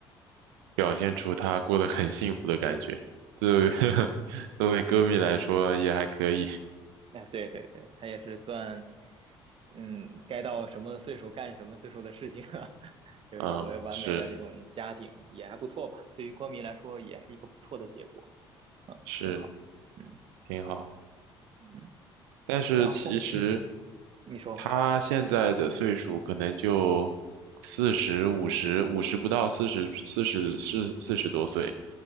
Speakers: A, on the right; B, on the right.
A: 表现出他过得很幸福的感觉。作为 <laughs> 作为歌迷来说也还可以，
B: 哎，对对对，他也是算，嗯，该到什么岁数干什么岁数的事情啊，<laughs> 就有了完美的这种家庭也还不错吧，
A: 嗯，是
B: 对于歌迷来说也是一个不错的结果，嗯，
A: 是
B: 挺好，嗯
A: 挺好。
B: 嗯，
A: 但是其实
B: 然后嗯。你说
A: 他现在的岁数可能就四十、五十、五十不到四十、四十、四四十多岁。